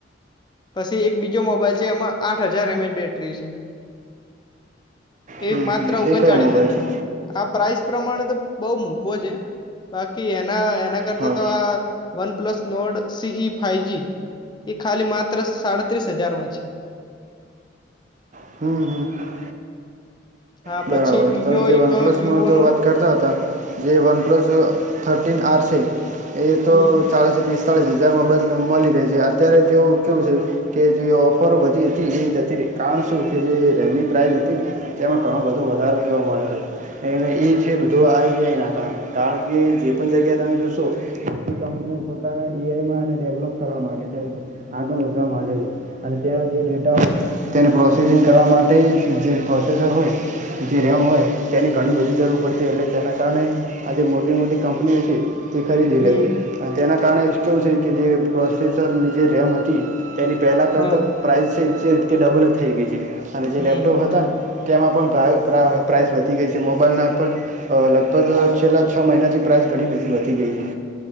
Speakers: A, on the left; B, on the right.
A: પસી એક બીજો મોબાઈલ છે એમાં આઠ હજાર એમએચ બેટરી છે. એ
B: હમ
A: માત્ર
B: હમ
A: ઓગણચાળીસ
B: એ કયો મોબાઈલ
A: હજારમાં
B: છે
A: મળે. આ પ્રાઇસ પ્રમાણે તો બહુ મોંધો છે બાકી એના એના કરતા
B: હા
A: તો આ OnePlus Nord C E five G એ ખાલી માત્ર સાડત્રીસ હજારમાં છે.
B: હમ હમ
A: હા
B: બરાબર
A: પછી બીજો
B: તમે જે
A: એક
B: વનપ્લસ
A: વિવો
B: મળે તો
A: નો
B: વાત કરતા હતા જે વન પ્લસ થર્ટીન આર છે એ તો
A: હમ
B: ચાલીસ પીસ અડતાળીસ હજારમાં મોબાઈલ મલી રે છે અત્યારે જેવું કેવું છે. કે જે ઓફરો બધી હતી એ જતી રહી કારણ શું કે જે રેમની પ્રાઇસ હતી ને તેમાં ઘણો બધો વધારો જોવા મળે છે. અને એ છે બધું આ એઆઈના કારણે કારણ કે જે પણ જગ્યાએ તમે જોશો મોટી કંપનીઓ પોતાના એઆઈમાં ને ડેવલોપ કરવા માંગે છે, આગળ વધવા માંગે છે. અને તેનો જે ડેટા હોય તેને પ્રોસેસિંગ કરવા માટે જે પ્રોસેસર હોય જે રેમ હોય તેની ઘણી બધી જરૂર પડશે એટલે તેના કારણે આ જે મોટી મોટી કંપનીઓ છે તે ખરીદી
A: હમ
B: લે છે. અને તેના કારણે જ કેવું છે કે જે પ્રોસેસરની જે રેમ હતી તેની પહેલાં કરતાં.
A: હ
B: પ્રાઇસ છે તે ડબલ જ થઈ ગઈ છે અને જે
A: હમ
B: લેપટોપ હતા ને તેમાં પણ પ્રાઇસ વધી ગઈ છે મોબાઈલના એપ પર. અ લગભગ છેલ્લા છ મહિનાથી પ્રાઇસ ઘણી બધી વધી ગઈ છે.